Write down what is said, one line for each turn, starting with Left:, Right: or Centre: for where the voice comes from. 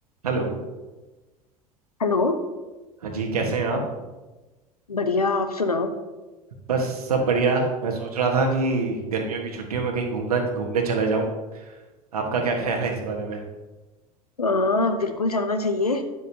Right: Hello
Left: Hello
Right: हाँ जी कैसे हैं आप
Left: बढ़िया आप सुनाओ
Right: बस सब बढ़िया मैं सोच रहा था कि गर्मियों की छुट्टियों में कहीं घूमना घूमने चला जाऊं आपका क्या ख्याल है इस बारे में
Left: हाँ बिल्कुल जाना चाहिए